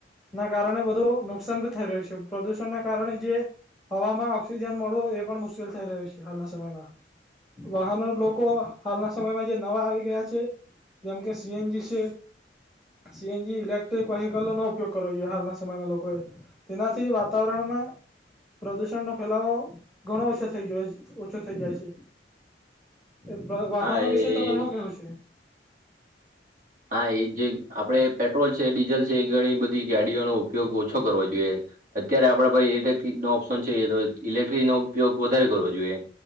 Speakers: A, in the centre; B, on the right.
A: ના કારણે બધું નુકસાન ભી થઈ રહ્યું છે પ્રદુષણ ના કારણે જે હવામાં ઓક્સિજન મળો એ પણ મુશ્કેલ થઈ રહ્યું છે હાલના સમયમાં વાહનો લોકો હાલના સમયમાં જે નવા આવી ગયા છે. જેમ કે સીએનજી છે. સીએનજી ઇલેક્ટ્રિક વકાલ નો ઉપયોગ કરો જોઈએ હાલના સમયમાં લોકોએ તેનાથી વાતાવરણમાં પ્રદુષણનોો ફેલાવો ઘણો ઓછો થઈ ગયો ઓછો થઈ જાય છે. એ વાહનો
B: હા એ
A: વિશે તમારે શું કેવું છે.
B: હા એ જે આપડ પેટ્રોલ છે ડીઝલ છે એ ઘણી બધી ગાડીઓનો ઉપયોગ ઓછો કરવો જોઈએ. અત્યારે આપડ પાસે ઇલેક્ટ્રિક નો ઓપ્શન છે તો ઇલેક્ટ્રિક નો ઉપયોગ વધારે કરવો જોઈએ.